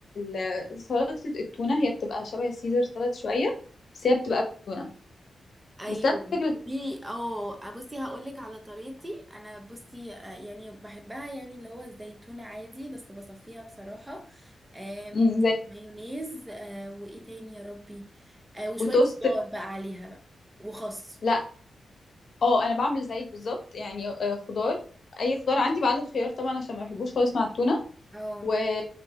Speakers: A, on the left; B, on the right.
A: ال سلطة التونة هي بتبقى شبه السيزر سلطة شوية بس هي بتبقى بالتونة
B: ايوه
A: بس نفس فكرة
B: قولي اه بصي هقول لك على طريقتي انا بصي آه، يعني بحبها يعني اللي هو الزيتون عادي بس بصفيها بصراحه آم،
A: مم، زي
B: مايونيز آه، وايه تاني يا ربي آه، وشويه
A: وتوست
B: خضار بقى عليها بقى وخس
A: لا اه انا بعمل زيك بالظبط يعني آه، خضار اي خضار عندي بعد الخيار طبعا عشان ما بحبوش خالص مع التونة
B: اه
A: و-